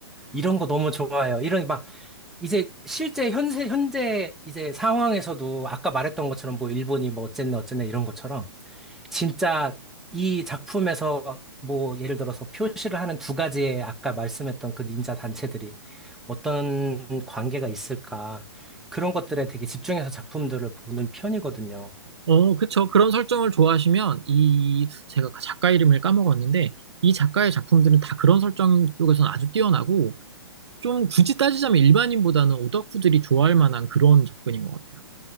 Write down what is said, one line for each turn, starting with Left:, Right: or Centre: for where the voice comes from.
Centre: 이런 거 너무 좋아해요. 이런 이제 실제 현재 현재 이제 상황에서도 아까 말했던 것처럼 뭐 일본이 뭐 어쨌네 어쨌네 이런 것처럼 진짜 이 작품에서 뭐 예를 들어서 표시를 하는 두 가지의 아까 말씀했던 그 닌자 단체들이 어떤 관계가 있을까 그런 것들에 되게 집중해서 작품들을 보는 편이거든요.
Right: 어, 그쵸. 그런 설정을 좋아하시면 이 제가 작가 이름을 까먹었는데 이 작가의 작품들은 다 그런 설정 쪽에서는 아주 뛰어나고 좀 굳이 따지자면 일반인보다는 오덕후들이 좋아할 만한 그런 접근인 것 같아요.